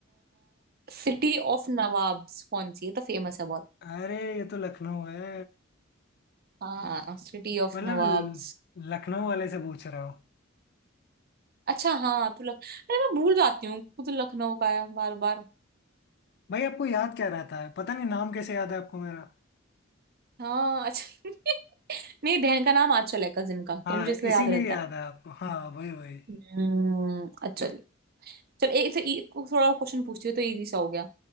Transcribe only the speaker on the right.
सिटी ऑफ नवाब्स कौन सी है तो फेमस है बहुत
हाँ सिटी ऑफ
नवाब्स
अच्छा हाँ तो लख अरे मैं भूल जाती हूँ खुद लखनऊ का है बार बार
हाँ अच्छा <laughs> मेरी बहन का नाम आंचल है कजिन का
तो मुझे इसलिए
याद रहता
है
हम्म अचल चल एक, एक, एक थोड़ा क्वेश्चन पूछती हूँ तो इजी सा हो गया